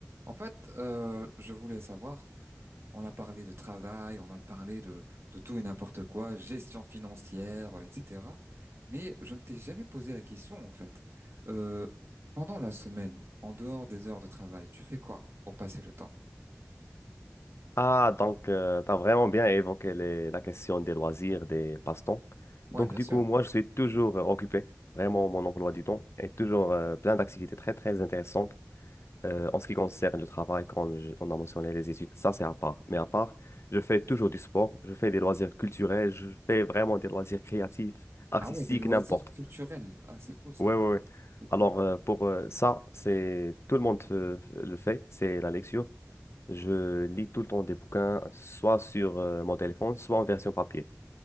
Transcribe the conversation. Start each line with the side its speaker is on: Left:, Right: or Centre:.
Right: En fait, euh, je voulais savoir, on a parlé de travail, on a parlé de, de tout et n'importe quoi, gestion financière, euh, etc. Mais je ne t'ai jamais posé la question, en fait. Euh, pendant la semaine, en dehors des heures de travail, tu fais quoi pour passer le temps?
Left: Ah, donc, euh, tu as vraiment bien évoqué les- la question des loisirs, des passe-temps. Donc,
Right: Ouais, bien
Left: du
Right: sûr.
Left: coup, moi, je suis toujours euh, occupé. Vraiment, mon emploi du temps est toujours euh, plein d'activités très, très intéressantes. Euh, en ce qui concerne le travail, comme je- on a mentionné les études, ça, c'est à part. Mais à part, je fais toujours du sport, je fais des loisirs culturels, je fais vraiment des loisirs créatifs, artistiques,
Right: Ah ouais, des loisirs
Left: n'importe.
Right: culturels. Ah, c'est cool ça.
Left: Ouais, ouais, ouais.
Right: C'est cool.
Left: Alors, euh, pour euh, ça, c'est tout le monde euh, le fait, c'est la lecture. Je lis tout le temps des bouquins, soit sur euh, mon téléphone, soit en version papier.